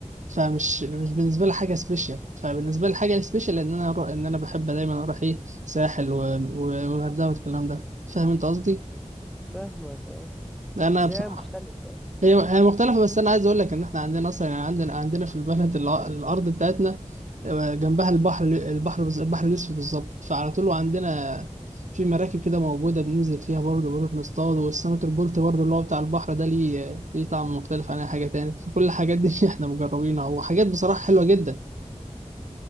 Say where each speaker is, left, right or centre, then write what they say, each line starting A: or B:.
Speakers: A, on the right; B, in the centre.
A: فمش مش بالنسبه لي حاجه سبيشال فبالنسبه لي حاجه سبيشال ان انا اروح ان انا بحب دايما اروح ايه ساحل و- و- والغردقه والكلام ده فاهم انت قصدي
B: فاهمك اه
A: انا
B: بس
A: بصراحه
B: هي مختلفة
A: هي هي مختلفه بس انا عايز اقول لك ان احنا عندنا اصلا يعني عندنا عندنا في البلد الع- الارض بتاعتنا آه، جنبها البحر البحر بز- البحر الاسود بالظبط فعلى طول عندنا في مراكب كده موجوده بننزل فيها برضه بنروح نصطاد والسمك البلطي برضه اللي هو بتاع البحر ده ليه ليه طعم مختلف عن اي حاجه تاني فكل الحاجات دي <laughs> احنا مجربينها وحاجات بصراحه حلوه جدا